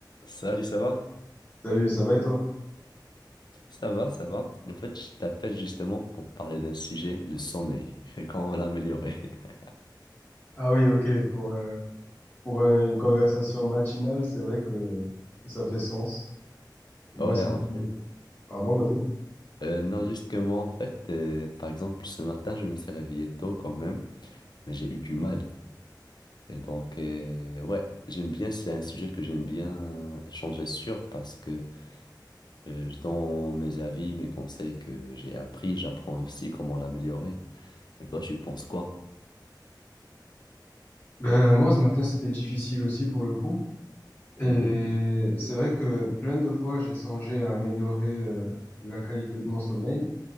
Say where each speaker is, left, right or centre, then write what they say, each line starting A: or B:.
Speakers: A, on the left; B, on the left.
A: Salut, ça va?
B: Salut, ça va et toi?
A: Ça va, ça va. En fait, je t'appelle justement pour parler d'un sujet, le sommeil, <laughs> et comment l'améliorer. <laughs>
B: Ah oui, ok, pour, euh, pour euh, une conversation matinale, c'est vrai que ça fait sens. Au moins,
A: Ouais,
B: ça
A: en
B: me permet...
A: fait.
B: Pardon, vas-y.
A: euh, non, juste que moi, en fait, euh, par exemple, ce matin, je me suis réveillé tôt quand même, mais j'ai eu du mal. Et donc, euh, ouais, j'aime bien, c'est un sujet que j'aime bien échanger sur parce que euh, je donne mes avis, mes conseils que j'ai appris, j'apprends aussi comment l'améliorer. Mais toi, tu penses quoi?
B: Ben, moi, ce matin, c'était difficile aussi pour le coup. Et
A: Mhm.
B: c'est vrai que plein de fois, j'ai songé à améliorer euh, la qualité de mon sommeil.